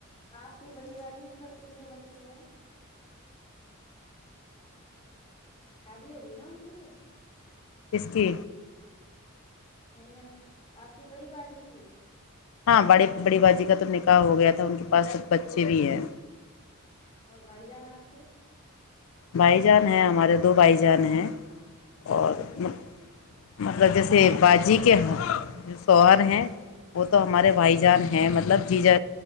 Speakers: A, on the left; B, on the left.
A: آپ کی بڑی بازی پر کتنے بچے ہیں شادی ہوگی نا ان کی تو
B: کسکی
A: نہیں میں آپ کی بڑی بازی کی
B: ہاں بڑی بڑی بازی کا تو نکاح ہو گیا تھا ان کے پاس سب بچے بھی ہیں
A: اور بھائی جانا آپ کے
B: بھائی جان ہیں ہمارے دو بھائی جان ہیں
A: شادی
B: اور
A: ہو گیا
B: مطلب جیسے بجی کے سوہر ہیں وہ تو
A: ہوں
B: ہمارے بھائی جان ہیں مب مطلب جی جا